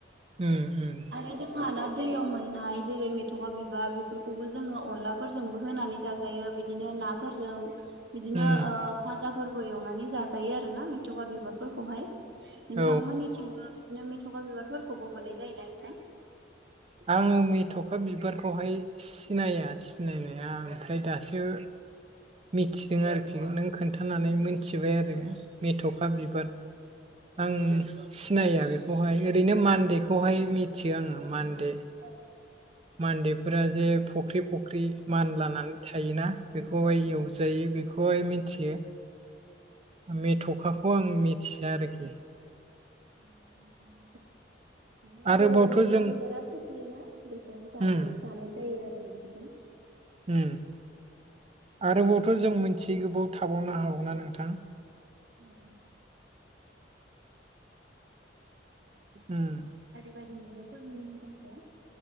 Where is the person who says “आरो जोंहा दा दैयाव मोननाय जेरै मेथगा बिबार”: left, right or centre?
Right